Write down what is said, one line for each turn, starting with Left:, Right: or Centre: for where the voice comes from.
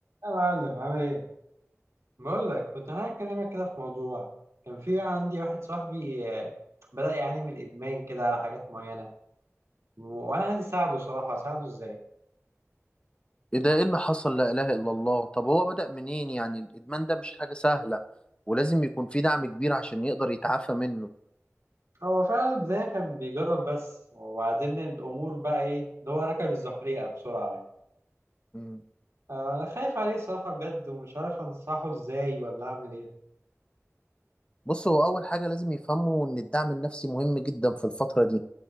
Right: يا معلم عامل ايه؟ بقول لك كنت انا هكلمك كده في موضوع كان في عندي واحد صاحبي آه، بدأ يعاني من الادمان كده على حاجات معينة وانا عايز اساعده صراحة اساعده ازاي؟
Left: ايه ده ايه اللي حصل لا اله الا الله طب هو بدأ منين يعني الادمان ده مش حاجة سهلة ولازم يكون في دعم كبير عشان يقدر يتعافى منه
Right: هو فعلا البداية كان بيجرب بس وبعدين الامور بقى ايه اللي هو ركب الزحليقة بسرعة يعني
Left: مم.
Right: آه، انا خايف عليه الصراحة بجد ومش عارف انصحه ازاي ولا اعمل ايه
Left: بص هو اول حاجة لازم يفهموا ان الدعم النفسي مهم جدا في الفترة دي